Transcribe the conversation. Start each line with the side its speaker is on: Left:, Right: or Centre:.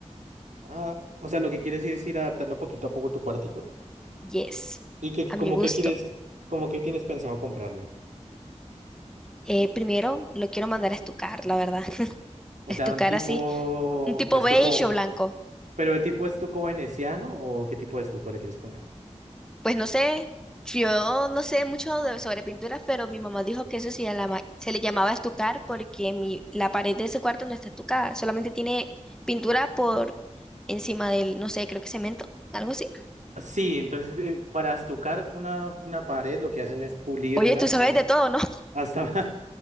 Right: Ah, o sea, lo que quieres es ir adaptando poquito a poco tu cuartico.
Centre: Yes,
Right: ¿Y que
Centre: a
Right: como
Centre: mi gusto.
Right: que quieres, como que tienes pensado comprarle?
Centre: Eh, primero lo quiero mandar a estucar, la verdad. <laughs>
Right: O
Centre: Estucar
Right: sea, un tipo
Centre: así, un tipo
Right: estuco,
Centre: beige o blanco.
Right: pero de tipo estuco veneciano o qué tipo de estuco le quieres poner?
Centre: Pues no sé, yo no sé mucho de- sobre pinturas, pero mi mamá dijo que eso se, llama- se le llamaba estucar porque mi, la pared de ese cuarto no está estucada, solamente tiene pintura por encima del, no sé, creo que cemento, algo así.
Right: Ah, Sí, entonces eh, para estucar una, una pared lo que hacen es pulirla
Centre: Oye, tú sabes
Right: ah,
Centre: de todo, ¿no? <laughs>
Right: hasta,